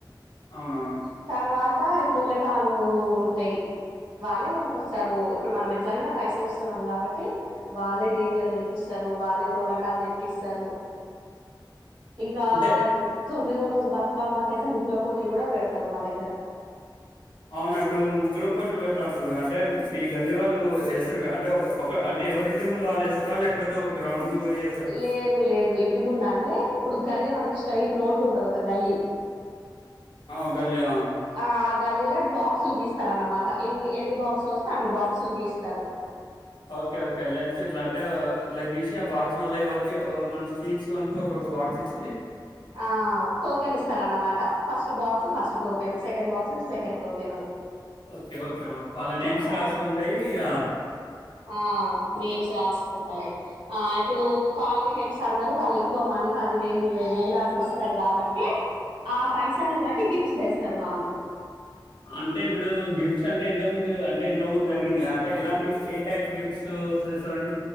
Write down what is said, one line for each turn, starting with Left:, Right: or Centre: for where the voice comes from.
Left: అవునవును
Right: తర్వాత కోలేటాలు ఉంటాయి వాళ్ళే కొనుక్కొస్తారు ఇప్పుడు మనం ఎట్లనైనా పైసలు ఇస్తున్నాం కాబట్టి వాళ్ళే డీజేలు తెప్పిస్తారు వాళ్లే కోలాటాలు తెప్పిస్తారు ఇంకా
Left: అంటే
Right: తొమ్మిదో రోజు బతుకమ్మకె అయితే ముగ్గుల పోటీలు కూడా పెడతారు మా దగ్గర
Left: అవునా ఇప్పుడు ముగ్గుల పొట్లు పెడాత అంటున్నారు అంటే మీ గల్లి వాళ్ళు ఏస్తారుగా అంటే ఒక ఒక అంటే ఎవరింటి ముందు వాళ్ళు ఏస్తరా లేకపోతే ఒక గ్రౌండ్
Right: ఇ
Left: పోయి వేస్తారా
Right: లేదు లేదు ఇంటి ముందు అంటే ఇప్పుడు గల్లీ మనకి స్ట్రైట్ రోడ్డు ఉంటది ఒక గల్లీ
Left: ఆ గల్లి ఆ
Right: ఆ గల్లీలో బాక్సులు గీస్తారు అన్నమాట ఎన్ని ఎన్ని బాక్సులు వస్తే అన్ని బాక్సులు గీస్తారు
Left: ఓకే ఓకే లెంత్ ఇట్లా అంటే ఇట్లా గీసి ఆ బాక్స్లల్ ఎవరికి మన ఈచ్ వన్ కి ఒక్కొక్క బాక్స్ ఏ
Right: ఆ టోకెన్ ఇస్తారన్నమాట first box first token second box second token
Left: okay okay వాళ్ళ నేమ్స్
Right: ఆ
Left: రాసుకొని పోయి ఇగ
Right: ఆ నేమ్స్ రాసుకుంటారు ఆ ఇప్పుడు కాలనీ హెడ్స్ అందరూ వాళ్ళు ఎక్కువ మనీ పది వేలు ఇరవై వేలు అట్లా ఇస్తారు కాబట్టి ఆ పైసల్ని బట్టి గిఫ్ట్స్ తెస్తారు వాళ్ళు
Left: అంటే ఇప్పుడు గిఫ్ట్స్ అంటే ఇంత ముందు అంటే ఇంత ముందు జరిగింది కదా అంటే ఎలాంటి ఏ టైప్ గిఫ్ట్స్ చేస్తారండి